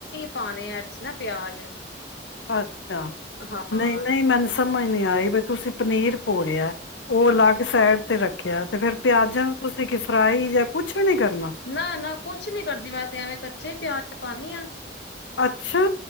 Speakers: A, on the left; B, on the left.
A: ਪਾਉਣੇ ਆ ਅਰਚ ਨਾ ਪਿਆਜ
B: ਅੱਛਾ
A: ਹਾਂ
B: ਨਹੀਂ ਨਹੀਂ ਮੈਨ ਸਮਝ ਨੀ ਆਈ ਬ ਤੁਸੀਂ ਪਨੀਰ ਪੋੜਿਆ ਉਹ ਅਲੱਗ ਸਾਈਡ ਤੇ ਰੱਖ ਖਿਆ ਤੇ ਫੇਰ ਪਿਆਜਾਂ ਨੂੰ ਤੁਸੀਂ ਕਿ ਫਰਾਈ ਜਾਂ ਕੁਛ ਨਹੀਂ ਕਰਨਾ
A: ਨਾ ਨਾ ਕੁਛ ਨੀ ਕਰਦੀ ਮੈਂ ਤੇ ਐਵੇਂ ਕੱਚੇ ਹੀ ਪਿਆਜ ਪਾਉਂਦੀ ਹਾਂ
B: ਅੱਛਾ।